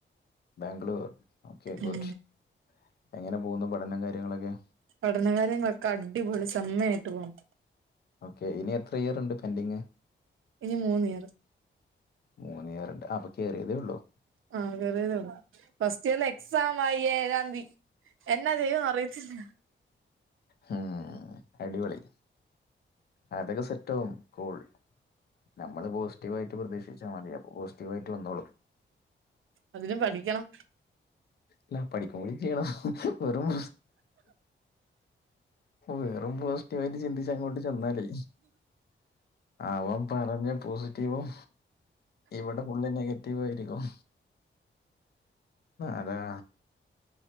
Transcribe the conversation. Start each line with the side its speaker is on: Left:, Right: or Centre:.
Left: ബാംഗ്ലൂർ ഓക്കെ ഗുഡ്
Right: ഉം
Left: എങ്ങനെ പോകുന്നു പഠനും. കാര്യങ്ങളൊക്കെ.
Right: പഠനകാര്യങ്ങളൊക്കെ അടിപൊളി സമ്മയായിട്ട് പോണ്.
Left: ഓക്കെ ഇനി എത്ര ഇയർ ഇണ്ട് പെൻഡിങ്.
Right: ഇനി മൂന്ന് ഇയർ.
Left: മൂന്ന് ഇയറ്ണ്ട് അപ്പൊ കേറിയതേ ഒള്ളോ
Right: ആഹ് കേറിയതെ ഒള്ളൂ ഫസ്റ്റ് ഇയർലെ എക്സാമാ ഈ ഏഴാന്തി. എന്നാ ചെയ്യുന്നറിയത്തില്ല.
Left: ഉം അടിപൊളി. അതൊക്കെ സെറ്റാവും കൂൾ. നമ്മള് പോസ്റ്റീവ് ആയിട്ട് പ്രതീക്ഷിച്ചാ മതി അപ്പൊ പോസ്റ്റീവായിട്ട് വന്നോളും.
Right: അതിനും പഠിക്കണം.
Left: ല്ലാം പഠിക്കും കൂടി ചെയ്യണം വെറും. വെറും പോസ്റ്റീവ് ആയിട്ട് ചിന്തിച്ച് അങ്ങോട്ട് ചെന്നാലേ അവൻ പറഞ്ഞ പോസിറ്റീവും ഇവിടെ ഫുള്ള് നെഗറ്റീവ് ആയിരിക്കും അതാ.